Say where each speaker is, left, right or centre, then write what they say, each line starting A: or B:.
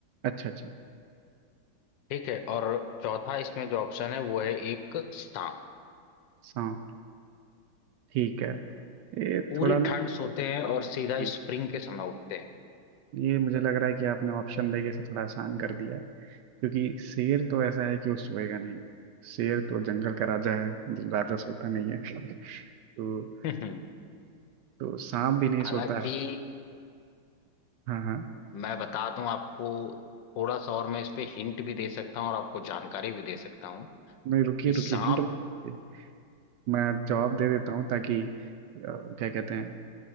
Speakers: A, on the right (about 75°); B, on the left (about 75°).
A: अच्छा अच्छा
B: ठीक है और चौथा इसमें जो ऑप्शन है वो है एक सांप
A: सांप ठीक है ये
B: पूरी
A: थोड़ा ना
B: ठंड सोते हैं और सीधा
A: हम्म,
B: स्प्रिंग के समय उठते हैं
A: ये मुझे लग रहा है कि आपने ऑप्शन देके इसे थोड़ा आसान कर दिया है क्योंकि शेर तो ऐसा है कि वो सोएगा नहीं शेर तो जंगल का राजा है राजा सोता नहीं है <laughs> तो
B: <laughs>
A: तो सांप भी नहीं
B: हालांकि
A: सोता है हाँ हाँ
B: मैं बता दूं आपको थोड़ा सा और मैं इस पे हिंट भी दे सकता हूँ और आपको जानकारी भी दे सकता हूँ
A: नहीं रुकिए
B: कि
A: रुकिए
B: सांप
A: हिंट मत दीजिए। मैं जवाब दे देता हूँ ताकि अ, क्या कहते हैं